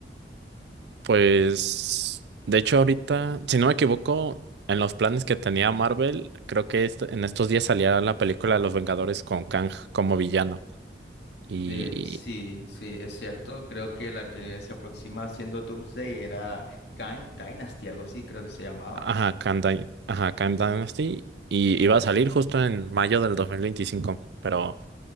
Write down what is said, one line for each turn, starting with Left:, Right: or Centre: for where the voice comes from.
Right: Pues, de hecho, ahorita, si no me equivoco, en los planes que tenía Marvel, creo que est- en estos días salía la película de Los Vengadores con Kang como villano. Y,
Left: De, sí, sí, es cierto. Creo que la que se aproxima haciendo Doomsday era Kang Dynasty, algo así, creo que se llamaba.
Right: ajá, Kang, Dy- ajá, Kang Dynasty. Y iba a salir justo en mayo del 2025. Pero,